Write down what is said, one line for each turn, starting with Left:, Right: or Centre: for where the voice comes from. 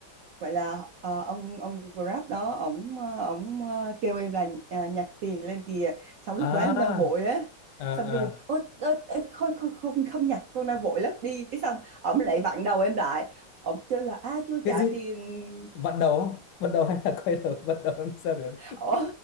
Right: vậy là ờ, ông ông Grab đó ổng ờ, ổng ờ, kêu em là à, nhặt tiền lên kìa xong
Left: à
Right: lúc đấy em đang vội á
Left: à
Right: xong
Left: à
Right: kêu là ôi ơ, ơ, không, không không không nhặt con đang vội lắm đi cái xong ổng lại vặn đầu em lại ổng kêu là a chưa
Left: cái
Right: trả
Left: gì
Right: tiền
Left: vặn đầu không? vặn đầu hay là quay đầu vặn đầu làm sao được
Right: Ủa,